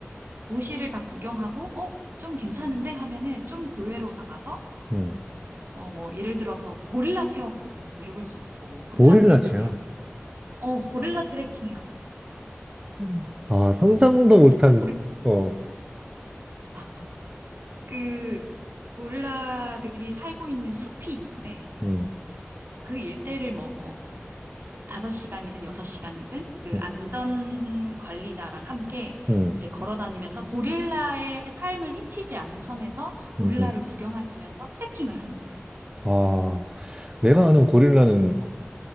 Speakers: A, on the right; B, on the right.
A: 도시를 다 구경하고, 어, 좀 괜찮은데 하면은 좀 교외로 나가서,
B: 음.
A: 어, 뭐, 예를 들어서 고릴라 체험 같은 것도 해볼 수 있고, 고릴라
B: 고릴라
A: 트레킹이라고,
B: 체험.
A: 어, 고릴라 트레킹이라고 있어.
B: 음. 아, 상상도 못한,
A: 고리,
B: 어,
A: 아, 그, 고릴라들이 살고 있는 숲이 있는데,
B: 음,
A: 그 일대를 뭐, 5시간이든 6시간이든 그
B: 음,
A: 안전 관리자랑 함께
B: 음,
A: 이제 걸어 다니면서 고릴라의 삶을 해치지 않는 선에서 고릴라를
B: 음. 음.
A: 구경하면서 트레킹을 하는 거야.
B: 아, 내가 아는 고릴라는